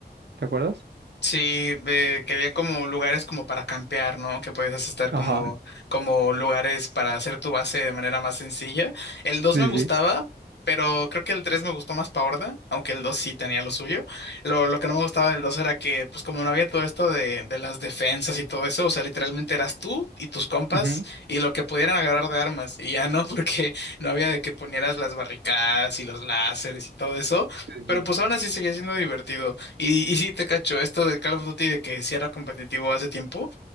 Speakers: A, on the right (about 75°); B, on the left (about 75°).
A: ¿te acuerdas?
B: Sí, eh, que había como lugares como para campear, ¿no? Que podías estar
A: Ajá,
B: como, como lugares para hacer tu base de manera más sencilla. El dos
A: sí,
B: me gustaba,
A: sí.
B: pero creo que el 3 me gustó más pa' horda, aunque el 2 sí tenía lo suyo. Lo, lo que no me gustaba del 2 era que, pues como no había todo esto de, de las defensas y todo eso, o sea, literalmente eras tú y tus compas
A: ujú,
B: y lo que pudieran agarrar de armas, y ya no, <laughs> porque no había de que ponieras las barricadas y los láseres y todo eso.
A: Sí,
B: Pero
A: sí.
B: pues aún así seguía siendo divertido. Y, y sí, te cacho, esto del Call of Duty de que sí era competitivo hace tiempo,